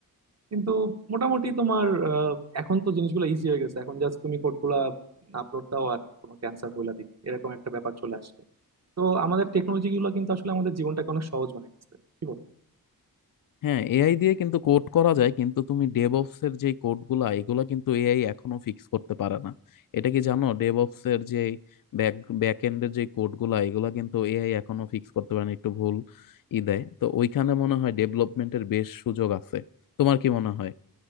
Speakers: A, on the right (about 45°); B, on the left (about 65°).
A: কিন্তু মোটামুটি তোমার আহ, এখন তো জিনিসগুলো ইজি হয়ে গেছে এখন জাস্ট তুমি কোডগুলা আপলোড দাও আর তোমাকে অ্যান্সার বলে দিই এরকম একটা ব্যাপার চলে আসছে তো আমাদের টেকনোলজি গুলো কিন্তু আসলে আমাদের জীবনটাকে অনেক সহজ বানাইতেছে কি বলো
B: হ্যাঁ এআই দিয়ে কিন্তু কোড করা যায় কিন্তু তুমি ডেভঅপস এর যে কোড গুলা এগুলা কিন্তু এআই এখনো ফিক্স করতে পারে না এটা কি জানো ডেভঅপস এর যে ব্যাক ব্যাক এন্ডের যে কোড গুলা এগুলা কিন্তু এআই এখনো ফিক্স করতে পারে না একটু ভুল ই দেয় তো ওইখানে মনে হয় ডেভেলপমেন্টের বেশ সুযোগ আছে তোমার কি মনে হয়